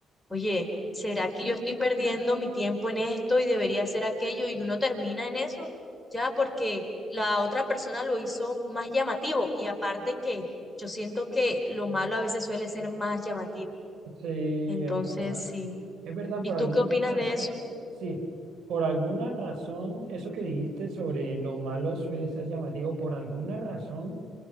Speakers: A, in the centre; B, on the right.
A: oye, ¿será que yo estoy perdiendo mi tiempo en esto y debería hacer aquello? Y uno termina en eso, ya porque la otra persona lo hizo más llamativo. Y aparte que yo siento que lo malo a veces suele ser más llamativo.
B: Sí,
A: Entonces,
B: es verdad.
A: sí.
B: Es verdad, por
A: ¿Y tú
B: alguna
A: qué opinas
B: razón,
A: de eso?
B: sí, por alguna razón, eso que dijiste sobre lo malo suele ser llamativo, por alguna razón.